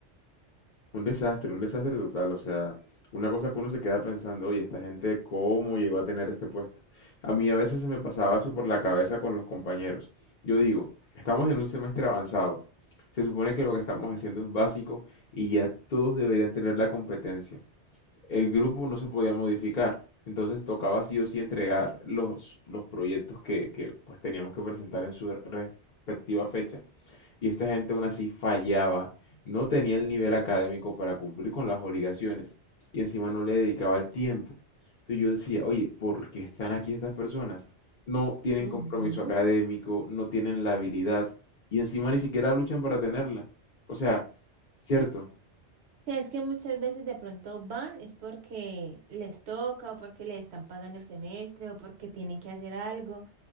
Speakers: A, on the left (about 50°); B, on the right (about 70°).
A: Un desastre, un desastre total. O sea, una cosa que uno se queda pensando, oye, esta gente, ¿cómo llegó a tener este puesto? A mí a veces se me pasaba eso por la cabeza con los compañeros. Yo digo, estamos en un semestre avanzado. Se supone que lo que estamos haciendo es básico y ya todos deberían tener la competencia el grupo no se podía modificar. Entonces tocaba sí o sí entregar los, los proyectos que, que, pues, teníamos que presentar en su respectiva fecha. Y esta gente aún así fallaba, no tenía el nivel académico para cumplir con las obligaciones y encima no le dedicaba el tiempo. Entonces yo decía, oye, ¿por qué están aquí estas personas? No tienen
B: Ujú.
A: compromiso académico, no tienen la habilidad y encima ni siquiera luchan para tenerla. O sea, cierto,
B: Sí, Es que muchas veces de pronto van es porque les toca o porque les están pagando el semestre o porque tienen que hacer algo,